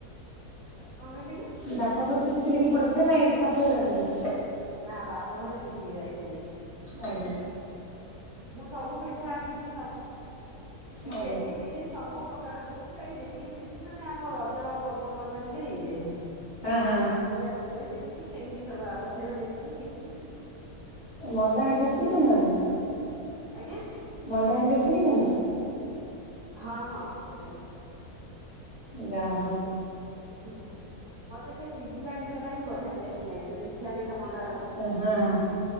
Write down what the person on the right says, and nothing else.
କଣ କହିଲେ କି?
ନା ବାପ ଘରେ ସିଖିକି ଆସିଥିଲି।
ମୁଁ ସବୁ ପିଠା ପିଠି
ଜେତିକି ଶିଖିଚି ମାନେ ଆମ ରଜ ପର୍ବ ପର୍ବାଣୀ ରେ ହେଇଯାଏ।
ପୂଜା ପୂଜିରେ ଯେତିକି ସେମିତି ସବୁ ଆବଶ୍ୟକ ଯେତିକି ଶିଖି ଯାଇଚି।
ଆଜ୍ଞା।
ହଁ ହଁ ସେଟା ଶିଖିଛି।
ହୁଁ ମତେ ସେ ସିଝିଲା ପିଠା ଟା ହିଁ ବଢିଆ ଟେଷ୍ଟ ଲାଗେ ଯୋଉ ସିଝା ପିଠା ମଣ୍ଡାର।
ହଁ।